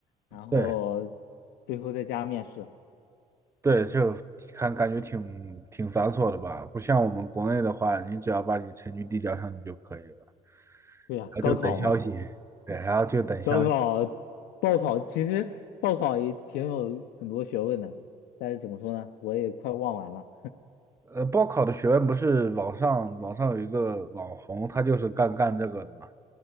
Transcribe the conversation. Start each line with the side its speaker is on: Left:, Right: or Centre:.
Left: 然后
Right: 对
Left: 最后再加面试。
Right: 对，就看感觉挺挺繁琐的吧，不像我们国内的话，你只要把你成绩递交上去就可以了，然
Left: 对呀、
Right: 后就等消息。
Left: 高考嘛，
Right: 对，然后就等消息。
Left: 高考报考其实报考也挺有很多学问的，但是怎么说呢，我也快忘完了。
Right: 呃，报考的学问不是网上网上有一个网红，他就是干干这个的嘛。